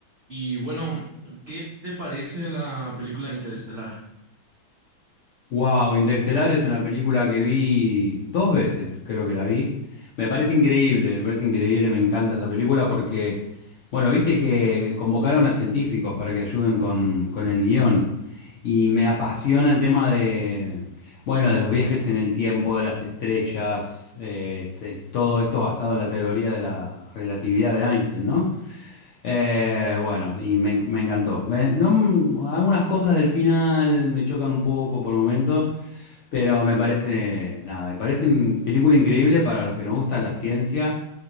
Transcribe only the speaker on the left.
Wow, Interestelar es una película que vi dos veces, creo que la vi. Me parece increíble, me parece increíble, me encanta esa película porque, bueno, viste que convocaron a científicos para que ayuden con, con el guión. Y me apasiona el tema de, bueno, de los viajes en el tiempo, de las estrellas, eh, este, todo esto basado en la teoría de la relatividad de Einstein, ¿no? Eh, bueno, y me, me encantó. Me- no- algunas cosas del final me chocan un poco por momentos, pero me parece, nada, me parece una película increíble para los que nos gusta la ciencia.